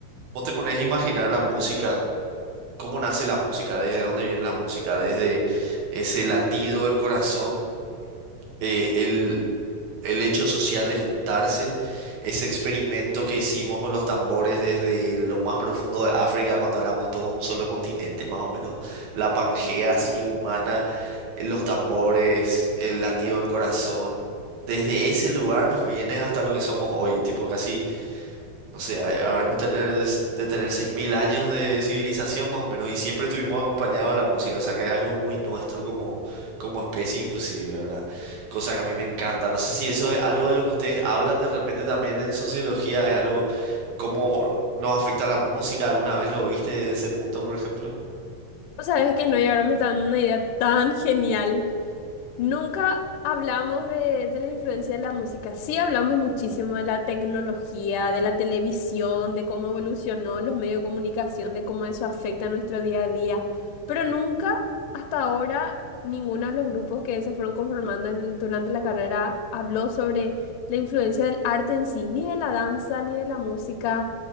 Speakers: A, on the right; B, on the left.
A: vos te pones a imaginar la música, cómo nace la música, desde dónde viene la música, desde ese latido del corazón, eh, el, el hecho social de juntarse, ese experimento que hicimos con los tambores desde lo más profundo de África, cuando éramos todo un solo continente, más o menos, la Pangea así humana, eh, los tambores, el latido del corazón, desde ese lugar nos viene hasta lo que somos hoy, tipo casi no sé, ha- habremos tener, de tener 6.000 años de civilización más o menos y siempre estuvimos acompañados de la música, o sea que es algo muy nuestro como, como especie inclusive, ¿verdad? Cosa que a mí me encanta. No sé si eso es algo de lo que ustedes hablan de repente también en sociología, es algo cómo nos afecta la música, ¿alguna vez lo viste desde ese punto, por ejemplo?
B: O sabes que no, y ahora me está dando una idea tan genial. Nunca hablamos de, de la influencia de la música. Sí hablamos muchísimo de la tecnología, de la televisión, de cómo evolucionó los medios de comunicación, de cómo eso afecta a nuestro día a día. Pero nunca, hasta ahora, ninguno de los grupos que se fueron conformando en- durante la carrera habló sobre la influencia del arte en sí, ni de la danza, ni de la música,